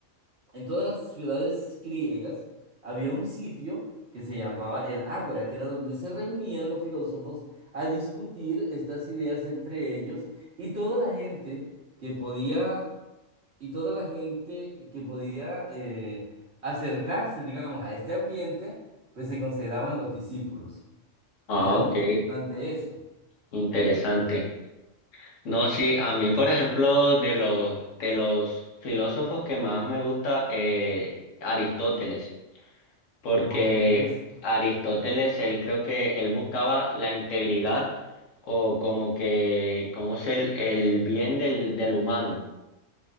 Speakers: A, on the right (about 60°); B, on the left (about 80°).
A: en todas las ciudades griegas había un sitio que se llamaba el Ágora, que era donde se reunían los filósofos a discutir estas ideas entre ellos y toda la gente que podía y toda la gente que podía eh, acercarse, digamos, a este ambiente, pues se consideraban los discípulos.
B: Ah,
A: Era
B: ok,
A: muy importante esto,
B: interesante. No, sí, a mí, por ejemplo, de los, de los filósofos que más me gusta, eh, Aristóteles, porque
A: por supuesto,
B: Aristóteles, él creo que él buscaba la integridad o como que, como es el, el bien del, del humano.